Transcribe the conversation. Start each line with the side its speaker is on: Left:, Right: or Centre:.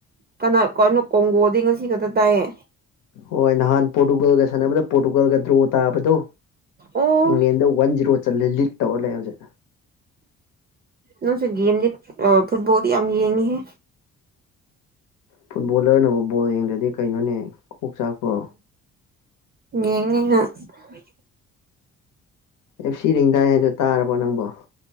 Right: ꯀꯅꯥ ꯀꯩꯅꯣ ꯀꯣꯡꯒꯣꯗꯤ ꯉꯁꯤ ꯈꯛꯇ ꯇꯥꯏꯌꯦ
Left: ꯍꯣꯏ ꯅꯍꯥꯟ ꯄꯣꯔꯇꯨꯒꯜꯒ ꯁꯥꯟꯅꯕꯗ ꯄꯣꯔꯇꯨꯒꯜꯒ ꯗ꯭ꯔꯣ ꯇꯥꯕꯗꯣ
Right: ꯑꯣ
Left: ꯏꯪꯂꯦꯟꯗ ꯋꯥꯟ ꯖꯤꯔꯣ ꯆꯂꯦ ꯂꯤꯠ ꯇꯧꯔ ꯂꯩ ꯍꯧꯖꯤꯛ
Right: ꯅꯪꯁꯨ ꯒꯦꯝꯗꯤ ꯐꯨꯠꯕꯣꯜꯗꯤ ꯌꯥꯝ ꯌꯦꯡꯉ ꯦꯍꯦ
Left: ꯐꯨꯠꯕꯣꯂꯔꯅꯕꯨ ꯕꯣꯜ ꯌꯦꯡꯗ꯭ꯔꯗꯤ ꯀꯩꯅꯣꯅꯦ ꯀꯣꯛ ꯆꯥꯛꯄ꯭ꯔꯣ
Right: ꯌꯦꯡꯅꯤꯉꯥꯏ <unintelligible>
Left: ꯑꯦꯞ ꯁꯤꯔꯦꯡꯗꯥꯏ ꯍꯥꯏꯗꯣ ꯇꯥꯔꯕꯣ ꯅꯪꯕꯣ